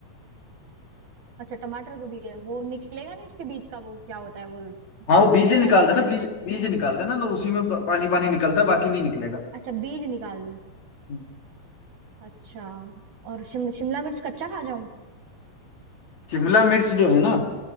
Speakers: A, on the right; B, on the left.
A: अच्छा टमाटर को भी है वो निकलेगा नहीं उसके बीज का वो क्या होता है वो
B: हाँ वो बीज ही निकाल
A: पानी
B: देना
A: पानी
B: बीज बीज निकाल देना तो उसी में प- पानी पानी निकलता है बाकी नहीं निकलेगा
A: अच्छा बीज निकाल दूं
B: हम्म।
A: अच्छा और शिम, शिमला मिर्च कच्चा खा जाऊं
B: शिमला मिर्च जो है ना